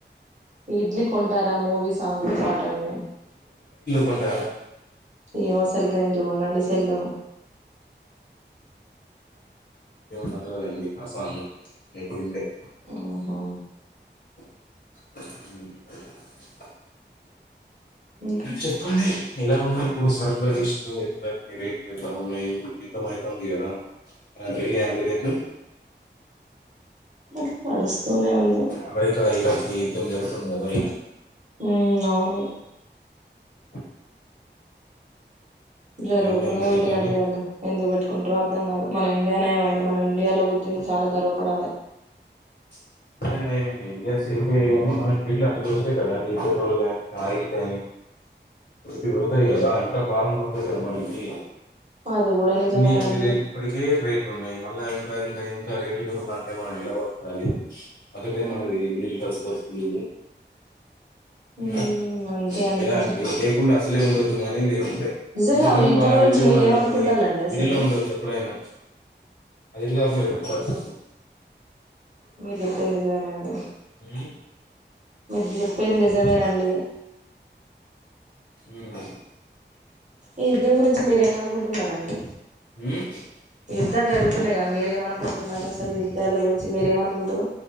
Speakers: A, on the right; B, on the left.
A: ఇడ్లీ కొంటారా మూవీ సాంగ్ పటండి
B: కొంటార
A: ఈమో సరిగానే దు ఉండండి సెల్లా
B: మాత్రద అండి కసను ఎ ఎప్పుడిే <unintelligible>
A: ఉహు
B: అ <inaudible>
A: ఇంకా
B: చెప్పండి ఎలా ఉన్నారు ఇప్పుడు సరకుల లిస్ట్ ఒ ఎట్ల రేట్లు ఎట్లా ఉన్నాయి యుద్దమయీతందా ఇయళ ఆ బిడిగ అనివ <unintelligible>
A: అట్లా నడుస్తూనే ఉంది
B: అమెరికా ఈరోజ్ కి యుద్ధం జరుగుతుందిగదా ఇగ
A: హ్మ్మ్ అవును
B: ఓ <inaudible>
A: జరుగుతూనే
B: ఉన్నాయండి
A: ఉంటాయంండి
B: రేట్లన్నీ?
A: ఆళ్ళు ఎందుకు పెట్టుకుంటారుో అర్థం కాదు మనం ఇండియానే ఏమండి మనం ఇండియాలో పుట్టింది చాలా గర్వపడాలి
B: <inaudible> అదేనైయం ఇండియా సేఫ్ అయ్య కాగా మన గెడ్లు అన్ని పెరుతాయి కదండి ఈ పెట్రోల్ గానీ ఆయిల్ కాని ఇ దొరుకై కదా ఇంకా భారం పడుతుంది కదా మనకి
A: అది కూడా నిజమేనండి
B: ని అవివేల్ ఇప్పటికే రెప్ ఉన్నాయి మళ్ళా ఇంకా ఇంకా ఇంకా రేట్లు పెగుతంటే మనం ఎలా బతకాలి అదె టైం మనది మిడిల్ క్లాస్ బతుకులు
A: ఉమ్
B: మ్
A: అంతే
B: ఎలా
A: ఇట్లా
B: అండి లేకుండ అసలే ఉండదు గాని మీరంటె
A: నిజంగా
B: ఇంకనేేమో
A: ఆ యుద్ధం
B: బాగా
A: గురించి
B: రిచ్గా
A: మీరేమనుకుంటాలండి
B: ఉండాలండి
A: అసలు
B: మీడిల్లో ఉండదు ఎప్పుడైనా అటు ఇటు కాకుండా అయిపోతది పరిస్థితి
A: మీరు చెప్పేది నిజమేనండి
B: ఉమ్,
A: మీరు చెప్పేది నిజమేనండి <inaudible>
B: మ్
A: ఈ యుద్ధం గురించి మీరేమ్ అనుకుం ఉన్నారండి
B: ఉమ్,
A: యుద్ధాలు జరుగుతున్నాయి కదా మీరేమనుకుంటున్నారు అసలు యుద్ధాల గురించి మీరేమనుకుంటు